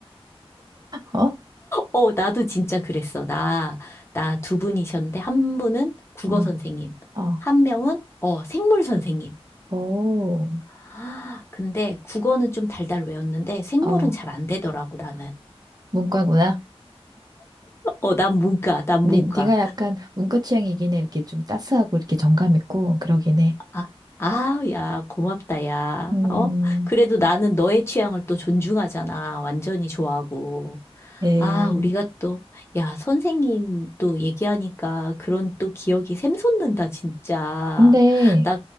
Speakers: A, on the right (about 40°); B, on the left (about 25°).
A: 어?
B: 어, 어, 나도 진짜 그랬어. 나, 나 두 분이셨는데, 한 분은 국어
A: 어,
B: 선생님,
A: 어,
B: 한 명은, 어, 생물 선생님.
A: 오,
B: <gasps> 아, 근데 국어는 좀 달달 외웠는데, 생물은
A: 어,
B: 잘 안 되더라고, 나는.
A: 문과구나.
B: 어, 난 문과, 난
A: 니,
B: 문과.
A: 니가 약간 문과 취향이긴 해. 이렇게 좀 따스하고 이렇게 정감 있고 그러긴 해.
B: 아, 아, 야, 고맙다, 야.
A: 음,
B: 어? 그래도 나는 너의 취향을 또 존중하잖아. 완전히 좋아하고.
A: 예.
B: 아, 우리가 또, 야, 선생님 또 얘기하니까 그런 또 기억이 샘솟는다, 진짜.
A: 근데
B: 나,